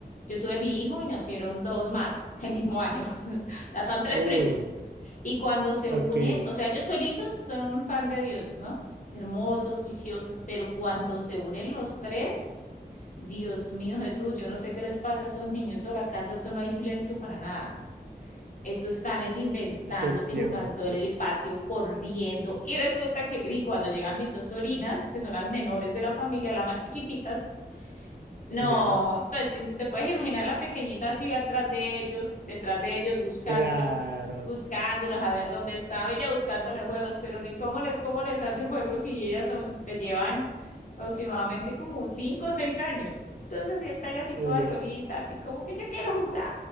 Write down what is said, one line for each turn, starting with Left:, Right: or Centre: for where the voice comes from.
Left: Yo tuve mi hijo y nacieron dos más <laughs> el mismo año, <laughs> o sea, son tres
Right: Uy,
Left: primos. Y cuando se
Right: ok,
Left: unen,
Right: <laughs>
Left: o sea, ellos solitos son un pan de Dios, ¿no? Hermosos, juiciosos, pero cuando se unen los tres, Dios mío Jesús, yo no sé qué les pasa a esos niños o la casa, eso no hay silencio para nada. Eso están es inventando
Right: te entiendo.
Left: que jugando en el patio, corriendo. Y resulta que y cuando llegan mis dos sobrinas, que son las menores de la familia, las más chiquititas, no,
Right: ¿Ya?
Left: pues te puedes imaginar la pequeñita así atrás de ellos, detrás de ellos, buscándolos,
Right: Claro,
Left: buscándolos a ver dónde estaba ella buscándole juegos, pero ni cómo les, cómo les hace juegos si ellas son- te llevan aproximadamente como cinco o seis años. Entonces ya está ya así
Right: uy.
Left: toda solita, así como que yo quiero jugar.